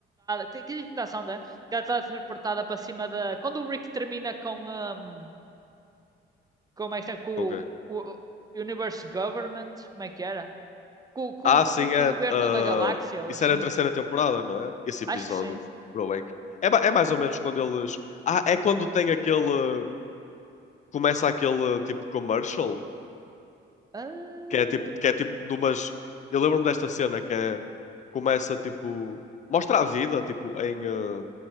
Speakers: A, on the right (about 20°); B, on the left (about 35°).
A: tem que que tentação, né? Que ela é transportada para cima da. Quando o Rick termina com, um, com, esta, com
B: Ok.
A: o, o Universe Government, como é que era? Com, com,
B: Ah, sim,
A: com, com
B: é.
A: o governo
B: ah,
A: da galáxia ou
B: isso
A: assim?
B: era a terceira temporada, não é? Esse
A: Acho
B: episódio,
A: que sim.
B: bro, é, inc- é, ma- é mais ou menos quando eles. Ah, é quando tem aquele. Começa aquele tipo commercial,
A: Ah,
B: que é tipo, que é tipo de umas. Eu lembro-me desta cena que é. Começa tipo. Mostra a vida, tipo, em. ah,